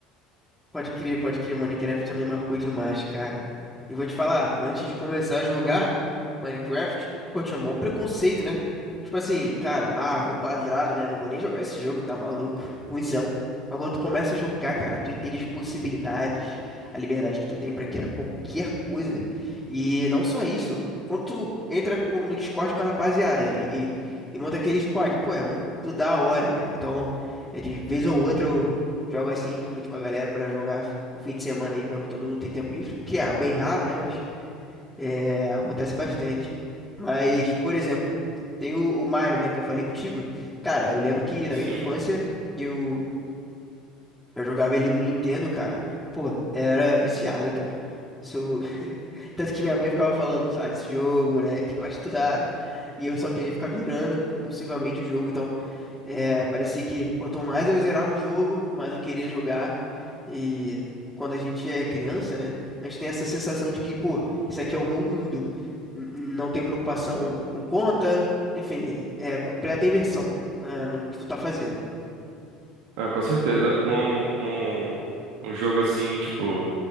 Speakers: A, in the centre; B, on the right (about 65°).
A: Pode crer, pode crer. O Minecraft também marcou demais, cara. E vou te falar, antes de começar a jogar Minecraft, pô, eu tinha mó preconceito, né? Tipo assim, cara, ah, jogo quadrado, né? Não vou nem jogar esse jogo, tá maluco. Ruizão. Mas quando tu começa a jogar, cara, tu entende as possibilidades, a liberdade que tu tem pra criar qualquer coisa. E não só isso, quando tu entra com- no Discord com a rapaziada e, e- e monta aquele squad, pô, é muito da hora, cara. Então, é, de vez ou outra Jogo assim, junto com a galera, pra jogar o fim de semana aí, quando todo mundo tem tempo livre. O que é bem raro, né? Mas é, acontece bastante. Mas, por exemplo, tem o, o Mario, né? Que eu falei contigo. Cara, eu lembro que
B: Hum,
A: na
B: Sim.
A: minha infância eu, eu jogava ele no Nintendo, cara. Pô, era viciado, cara. Sou... <laughs> Tanto que minha mãe ficava falando, sai desse jogo, moleque, <laughs> vai estudar. E eu só queria ficar virando compulsivamente o jogo. Então. É, parecia que quanto mais eu zerava o jogo, mais eu queria jogar. E quando a gente é criança, né? A gente tem essa sensação de que, pô, isso aqui é o meu mundo. N- Não tenho preocupação com conta, enfim, é completa imersão na, no que tu tá fazendo.
B: Ah, com certeza. Um, um, um jogo assim, tipo,